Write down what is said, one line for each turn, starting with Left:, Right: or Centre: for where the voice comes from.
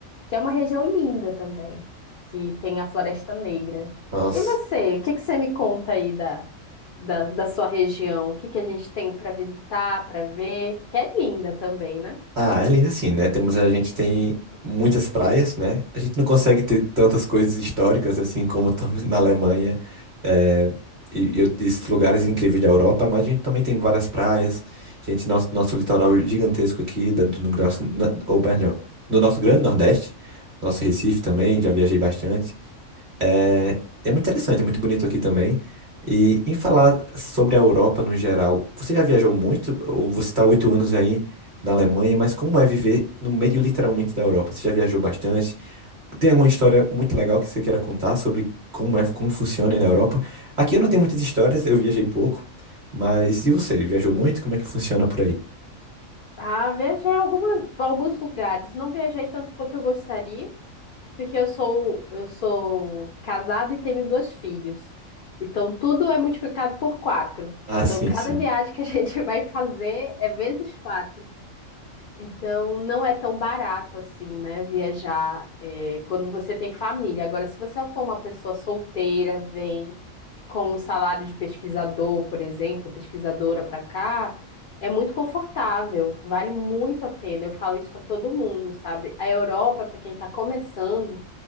Left: que é uma região linda também, que tem a Floresta Negra.
Right: Nossa.
Left: E você, o que que você me conta aí da, da, da sua região? O que que a gente tem para visitar, para ver? Que é linda também, né?
Right: Ah, é lindo assim, né? Temos, a gente tem muitas praias, né? A gente não consegue ter tantas coisas históricas assim como tam- <laughs> na Alemanha eh, e, e esses lugares incríveis da Europa, mas a gente também tem várias praias. Gente, nosso, nosso litoral gigantesco aqui, da, do, no, graço- na- ou, perdão, no nosso Grande Nordeste, nosso Recife também, já viajei bastante. É, é muito interessante, é muito bonito aqui também. E em falar sobre a Europa no geral, você já viajou muito? Ou você está oito anos aí na Alemanha, mas como é viver no meio literalmente da Europa? Você já viajou bastante? Tem alguma história muito legal que você queira contar sobre como é, como funciona aí na Europa? Aqui eu não tenho muitas histórias, eu viajei pouco, mas e você? Viajou muito? Como é que funciona por aí?
Left: Ah, viajei algumas, pra alguns lugares. Não viajei tanto quanto eu gostaria. Porque eu sou, eu sou casada e tenho dois filhos. Então tudo é multiplicado por quatro.
Right: Ah,
Left: Então
Right: sim,
Left: cada
Right: sim,
Left: viagem que a <laughs> gente vai fazer é vezes quatro. Então, não é tão barato assim, né? Viajar, é, quando você tem família. Agora, se você for uma pessoa solteira, vem com um salário de pesquisador, por exemplo, pesquisadora para cá, é muito confortável, vale muito a pena. Eu falo isso para todo mundo, sabe? A Europa, para quem está começando